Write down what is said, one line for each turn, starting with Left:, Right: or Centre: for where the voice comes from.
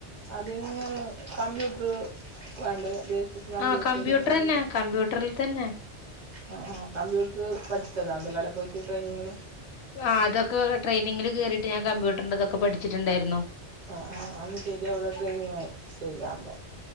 Right: അതിന്ന് കമ്പ്യൂട്ടർ വേണ്ടേ ബേസിക് കമ്പ്യൂട്ടർ
Left: ആഹ് കമ്പ്യൂട്ടറന്നെ കമ്പ്യൂട്ടറിൽ തന്നെ
Right: ആ കമ്പ്യൂട്ടർ പഠിച്ചതാ അവിടെ പോയിട്ട് ട്രെയിനിങ്
Left: ആ അതൊക്കെ ട്രെനിങ്ങില് കേയറിട്ട് ഞാൻ കമ്പ്യൂട്ടറിൻ്റെതൊക്കെ പഠിച്ചിട്ടുണ്ടായിരുന്നു
Right: ആ ആഹ് അന്ന് ചേചി അവിടെ ട്രെയിനിങ് ചെയ്തുണ്ടോ